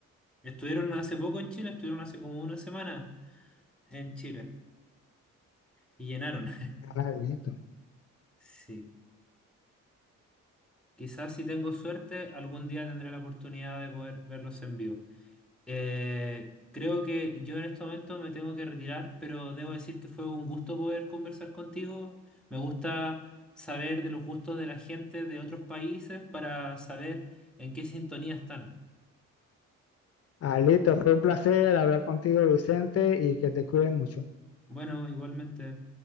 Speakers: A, in the centre; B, on the left.
A: Estuvieron hace poco en Chile, estuvieron hace como una semana en Chile y llenaron.
B: Ah, listo.
A: <laughs> Sí, quizás si tengo suerte, algún día tendré la oportunidad de poder verlos en vivo. Eh, creo que yo en este momento me tengo que retirar, pero debo decir que fue un gusto poder conversar contigo. Me gusta saber de los gustos de la gente de otros países para saber en qué sintonía están.
B: Ah, listo. Fue un placer hablar contigo, Vicente, y que te cuides mucho.
A: Bueno, igualmente.